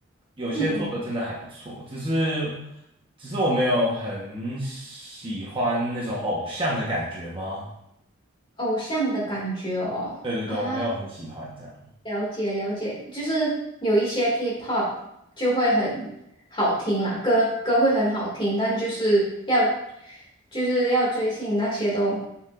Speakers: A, on the right (about 25°); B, on the left (about 25°).
A: 有些做的真的还不错，
B: 嗯嗯，
A: 只是只是我没有很喜欢那种偶像的感觉吗？
B: 偶像的感觉哦啊。
A: 对对对，我没有很喜欢这样，
B: 了解了解，就是有一些 K-pop 就会很好听啦，歌歌会很好听，但就是要就是要追星那些都